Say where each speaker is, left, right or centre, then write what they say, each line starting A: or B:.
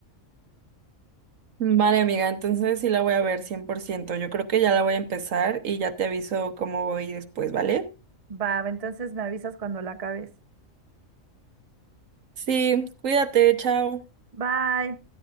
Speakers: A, on the right; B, on the right.
A: Vale, amiga, entonces sí la voy a ver cien por ciento Yo creo que ya la voy a empezar y ya te aviso cómo voy después, ¿vale?
B: Va, entonces me avisas cuando la acabes.
A: Sí, cuídate, chao.
B: Bye.